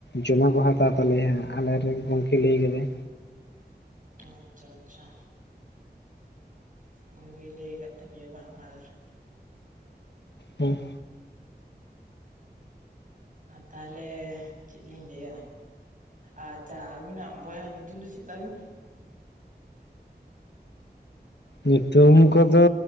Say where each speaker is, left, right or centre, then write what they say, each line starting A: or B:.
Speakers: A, on the left; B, on the right.
A: ᱡᱚᱢᱟ ᱠᱚ ᱦᱟᱛᱟᱣ ᱛᱟᱞᱮᱭᱟ ᱦᱮ ᱟᱞᱮᱨᱮ ᱜᱚᱝᱠᱮ ᱞᱟᱹᱭ ᱠᱮᱫᱟᱭ᱾
B: ᱟᱪᱪᱷᱟ ᱟᱪᱪᱷᱟ᱾ ᱜᱚᱝᱠᱮ ᱞᱟᱹᱭ ᱟᱠᱟᱫ ᱛᱟᱯᱮᱭᱟ ᱵᱟᱝ ᱟᱨ
A: ᱦᱮᱸ
B: ᱛᱟᱦᱚᱞᱮ ᱪᱮᱫ ᱞᱤᱧ ᱞᱟᱹᱭᱟ ᱟᱪᱪᱷᱟ ᱟᱹᱵᱤᱱᱟᱜ ᱵᱚᱭᱦᱟ ᱧᱩᱛᱩᱢ ᱫᱚ ᱪᱮᱫ ᱛᱟᱵᱤᱱ?
A: ᱧᱩᱛᱩᱢ ᱠᱚᱫᱚ